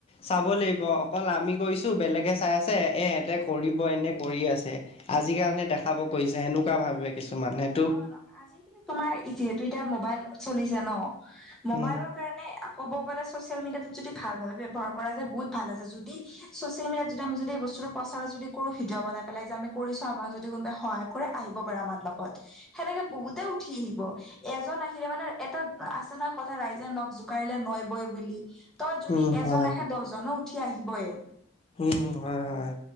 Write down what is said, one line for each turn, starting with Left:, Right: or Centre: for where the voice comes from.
Left: চাব লাগিব অকল আমি কৰিছোঁ বেলেগে চাই আছে এ ইহঁতে কৰিব এনে কৰি আছে আজিৰ কাৰণে দেখাব কৰিছে সেনেকুৱা ভাবে কিছুমানুহে।
Centre: অ ন আজিকালি তোমাৰ যিহেতু এতিয়া মোবাইল চলিছে ন মোবাইলত
Left: উম
Centre: কাৰণে ক'ব গ'লে চচিয়েল মিডিয়াটো যদি ভাল ভাবে ব্যৱহাৰ কৰা যায় বহুত ভাল আছে যদি চচিয়েল মিডিয়াত যদি আমি যদি বস্তুটো প্ৰচাৰ যদি কৰো ভিডিঅ বানাই পেলাই যে আমি কৰিছোঁ আমাক যদি কোনোবাই সহায় কৰে আহিব পাৰে আমাৰ লগত সেনেকে বহুতে উঠি আহিব। এজন আহিলে মানে এটা আছে নহয় কথা ৰাইজে নখ জোকাৰিলে নৈ বই বুলি। তই যদি
Left: উম,
Centre: এজন
Left: হয়।
Centre: আহে দহজনো উঠি আহিবয়ে।
Left: হুম হুম হয় হয়।